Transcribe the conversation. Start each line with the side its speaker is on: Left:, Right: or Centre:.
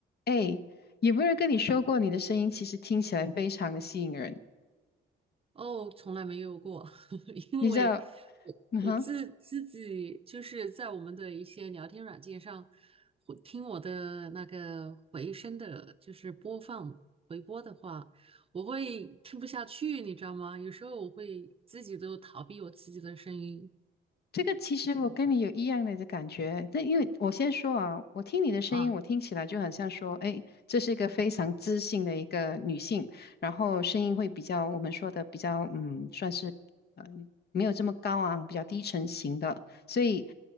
Left: 哎，有没有人跟你说过你的声音其实听起来非常的吸引人？
Right: 哦，从来没有过，<laughs> 因为我我自自己就是在我们的一些聊天软件上，
Left: 你知道，嗯哼。
Right: 会听我的那个回声的，就是播放回播的话，我会听不下去，你知道吗？有时候我会自己都逃避我自己的声音，
Left: 这个其实我跟你有一样的感觉，
Right: 是这样子
Left: 但因为我先说啊，我听你的声音，
Right: 啊。
Left: 我听起来就很像说，哎，这是一个非常知性的一个女性，然后声音会比较我们说的比较，嗯，算是呃没有这么高昂，比较低沉型的，所以